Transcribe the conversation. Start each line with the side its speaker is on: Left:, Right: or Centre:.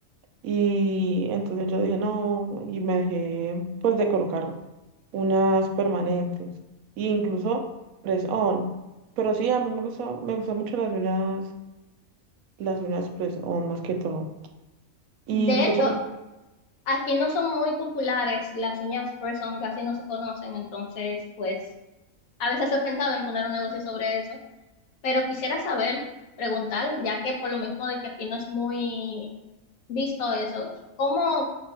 Right: Y entonces yo dije, no, y me dejé pues de colocar unas permanentes. E incluso press on. Pero sí, a mí me gusta, me gustan mucho las uñas, las uñas press on más que todo. ¿Y
Left: De
Right: qué
Left: hecho,
Right: te,
Left: aquí no son muy populares las uñas person, casi no se conocen, entonces pues a veces he pensado en poner un negocio sobre eso, pero quisiera saber, preguntar, ya que por lo mismo de que aquí no es muy visto eso, ¿cómo,